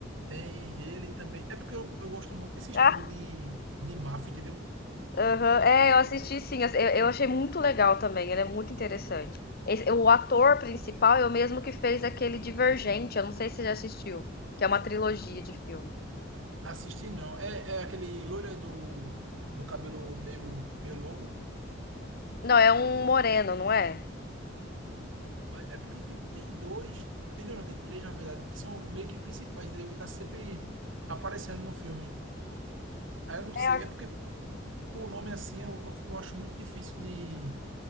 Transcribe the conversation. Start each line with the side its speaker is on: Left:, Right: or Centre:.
Right: Tem ele também. É porque eu, eu gosto muito desse estilo
Left: Ah,
Right: de, de máfia, entendeu?
Left: Aham, É, eu assisti sim, eu, eu achei muito legal também, ele é muito interessante. Esse- o ator principal é o mesmo que fez aquele Divergente, eu não sei se você já assistiu, que é uma trilogia de filme.
Right: Assistir não. É, é aquele loira do, do cabelo meio, meio longo.
Left: Não, é um moreno, não é?
Right: Rapaz, É porque, tipo, tem dois, tem dois, não, tem três, na verdade, que são meio que principais, entendeu? Que tá sempre aparecendo no filme. Aí eu não sei,
Left: É, eu acho
Right: é porque
Left: que
Right: por nome assim eu, eu acho muito difícil de,